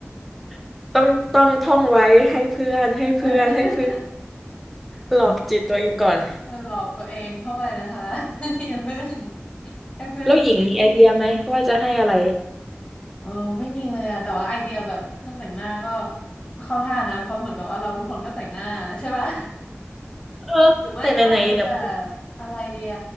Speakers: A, in the centre; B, on the left.
A: <laughs> ต้องต้องท่องไว้ให้เพื่อนให้เพื่อนให้เพื่อน
B: เออ
A: หลอกจิตตัวเองก่อน
B: <laughs> เออหลอกตัวเองเข้าไปนะคะ <laughs> อย่าเพิ่งให้เพื่อน
A: แล้วหญิงมีไอเดียไหมว่าจะให้อะไร
B: เออไม่มีเลยอะแต่ว่าไอเดียแบบเครื่องแต่งหน้าก็ก็เข้าท่านะเพราะเหมือนกับว่าเราทุกคนก็แต่งหน้า <laughs> ใช่ป่ะ
A: เออแต่ไหนๆแบบ
B: <laughs> หรือไม่ก็อาจจะแบบอะไรเดีย